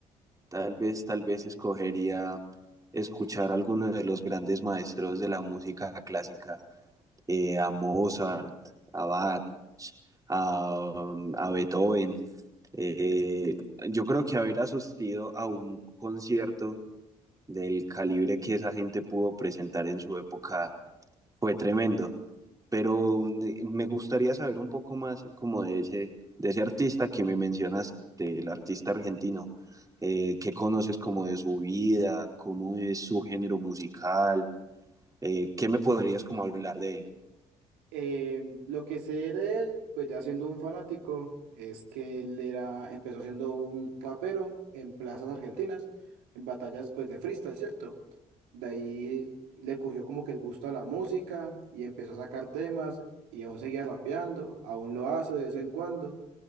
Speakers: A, on the right (about 20°); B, on the right (about 70°).
A: tal vez, tal vez escogería escuchar a alguno de los grandes maestros de la música clásica eh, a Mozart, a Bach, a, um, a Beethoven. Eh, yo creo que haber asistido a un concierto del calibre que esa gente pudo presentar en su época fue tremendo. Pero eh, me gustaría saber un poco más como de ese, de ese artista que me mencionaste, el artista argentino. Eh, ¿qué conoces como de su vida? ¿Cómo es su género musical? Eh, ¿qué me podrías como hablar de él?
B: Eh, lo que sé de él, pues ya siendo un fanático, es que él era, empezó siendo un rapero en plazas argentinas, en batallas pues de freestyle, ¿cierto? De ahí le cogió como que el gusto a la música y empezó a sacar temas y aún seguía rapeando, aún lo hace de vez en cuando,